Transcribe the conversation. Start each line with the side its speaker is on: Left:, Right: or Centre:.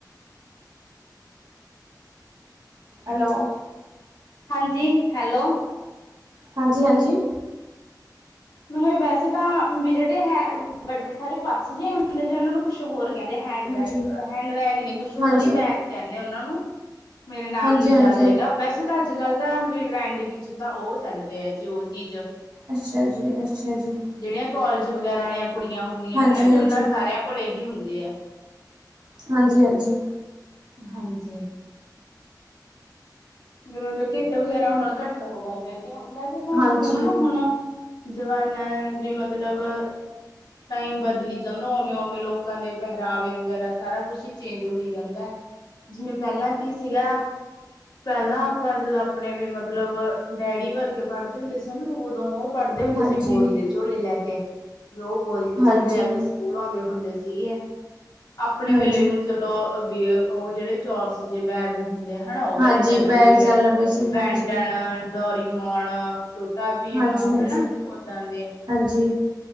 Right: ਹੈਲੋ-
Left: ਹਾਂਜੀ ਹੈਲੋ-
Right: ਹਾਂਜੀ- ਹਾਂਜੀ-
Left: ਮੈ ਕਿਹਾ ਵੈਸੇ ਤਾਂ ਵੀ ਜਿਹੜੇ ਹੈ। ਵਡੇ ਸਾਰੇ ਪਾਸ ਜਿ ਹੁੰਦੇ ਜ ਉਹਨਾਂ ਨੂੰ ਕੁਛ ਹੋਰ ਕਹਿਦੇ ਹੈਂਡਬੈਗ
Right: ਹਾਂਜੀ,
Left: ਹੈਂਡਬੈਗ ਨੀ ਕੁਛ ਹੋਰ
Right: ਹਾਂਜੀ,
Left: ਹੀ ਬੈਗ ਕਹਿਦੇ ਉਹ ਨੂੰ- ਮੇਰੇ ਨਾਮ
Right: ਹਾਂਜੀ-ਹਾਂਜੀ,
Left: ਜਾਦ ਹੈਗਾ- ਵੈਸੇ ਤਾਂ ਅਜ ਕਲ ਟਰੈਂਡ ਤਾਂ ਉਹ ਚੱਲ ਰਿਹਾ ਜੀ ਉਹ ਚੀਜ
Right: ਅਛਾ ਜੀ ਅਛਾ ਜੀ।
Left: ਜਿਹੜੀਆਂ ਕੋਾਲਜ ਵਗੈਰਾ ਵਾਲੀਆਂ ਕੁੜੀਆਂ ਹੁਦੀਆਂ
Right: ਹਾਂਜੀ-ਹਾਂਜੀ,
Left: ਹਨਾ ਉਹਨਾਂ ਸਾਰਿਆਂ ਕੋਲ ਇਹੀ ਹੁਦੀ ਆ
Right: ਹਾਂਜੀ- ਹਾਂਜੀ-
Left: ਹਾਂਜੀ- ਵੀ ਮਤਲਬ ਕਿੱਤ ਵਗੈਰਾ ਹੁਣ ਘੱਟ ਹੋ ਕਰਦੇ ਜ ਮੈਂ ਵੀ ਹ
Right: ਹਾਂਜੀ,
Left: ਜਿਵੇਂ ਹਨਾ ਹੁਣ ਜਮਾਨਾਂ ਵੀ ਮਤਲਬ ਟਾਈਮ ਬਦਲੀ ਜਾਂਦਾ ਉਵੇਂ ਉਵੇਂ ਲੋਕਾਂ ਦੇ ਪਹਿਰਾਵੇ ਵਗੈਰਾ ਸਾਰਾ ਕੁਛ ਹੀ ਚੇਂਜ ਹੋਈ ਜਾਂਦਾ ਹੈ। ਜਿਵੇਂ ਪਹਿਲਾਂ ਕੀ ਸੀਗਾ। ਪਹਿਲਾਂ ਆਪਾਂ ਜਦੋਂ ਆਪਣੇ ਵੀ ਮਤਲਬ ਡੈਡੀ ਵਰਗੇ ਪੜ੍ਹਦੇ ਹੁੰਦੇ ਸੀ ਨਾ ਉਦੋਂ ਉਹ ਪੜ੍ਹਦੇ ਹੁੰਦੇ
Right: ਹਾਂਜੀ,
Left: ਸੀ ਬੋਰੀ
Right: ਹਾਂਜੀ।
Left: ਦੇ ਝੋਲੇ ਲੈ ਕੇ ਵੀ ਉਹ ਬੋਰੀ ਦੇ
Right: ਹਾਂਜੀ,
Left: ਝੋਲੇ ਲੈ ਕੇ ਸਕੂਲ ਆਉਂਦੇ ਹੁੰਦੇ ਸੀਗੇ ਆਪਣੇ
Right: ਹਾਂਜੀ, ਹਾਂਜੀ ਹਾਂਜੀ,
Left: ਵੇਲੇ ਨੂੰ ਚਲੋ ਵੀ ਉਹ ਜਿਹੜੇ ਚੋਰ ਜੇ ਬੈਗ ਹੁੰਦੇ ਹਨਾ ਉਹ ਵਾਲੇ
Right: ਹਾਂਜੀ
Left: ਚੱਲ
Right: ਬੈਗ
Left: ਪਏ ਜਿਵੇਂ
Right: ਚੱਲ ਪਏ ਸੀ
Left: ਬੈਂਟਾਂ
Right: ਹਾਂਜੀ।
Left: ਡੋਰੀਮੋਣ ਛੋਟਾ ਭੀਮ
Right: ਹਾਂਜੀ-ਹਾਂਜੀ,
Left: ਹਨਾ ਓਦਾਂ ਦੇ।
Right: ਹਾਂਜੀ,